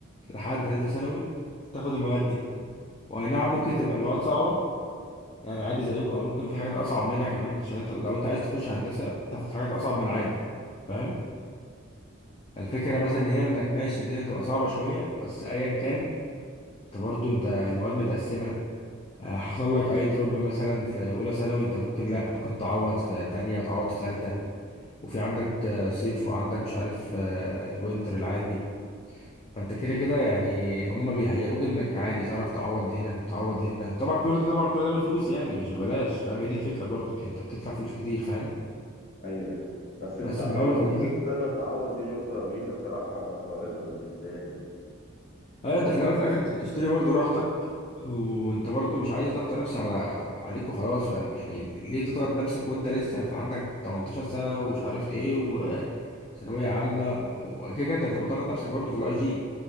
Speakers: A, on the left (about 25°); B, on the left (about 45°).
A: لحد ثالثه ثانوي تاخد المواد دي واي نعم ممكن تبقى المواد صعبه يعني عادي زيكم او ممكن في حاجات اصعب منها كمان عشان انت لو انت عايز تخش هندسه تاخد حاجات اصعب من العادي فاهم الفكره مثلا هنا انك ماشي الدنيا تبقى صعبه شويه بس ايا كان انت برضه انت المواد متقسمه آه، حصل لك اي دروب مثلا في اولى ثانوي انت ممكن لا ممكن تعوض في تانية وتعوض في تالتة وفي عندك آه، صيف وعندك مش عارف آه، الوينتر العادي فانت كده كده يعني هم بيهيئوك انك عادي تعرف تعوض هنا وتعوض هنا طبعا كل ده طبعا كل ده بفلوس يعني مش ببلاش فاهم هي دي الفكرة برضه يعني انت بتدفع فلوس كتير فاهم
B: ايوه ايوه بس الت...
A: بس في الاول
B: النقطة
A: وفي الاخر
B: اللي انت تقدر تعوض دي نقطة ميزة بصراحة خارقة بالنسبة لي يعني
A: ايوه انت في الاول وفي الاخر انت بتشتري برضه راحتك وانت برضه مش عايز ضغط نفسي على عليك وخلاص فاهم يعني ليه تضغط نفسك وانت لسه في عندك 18 سنه ومش عارف ايه وثانويه عامه وكده كده انت بتبقى ضاغط نفسك برضه في الاي جي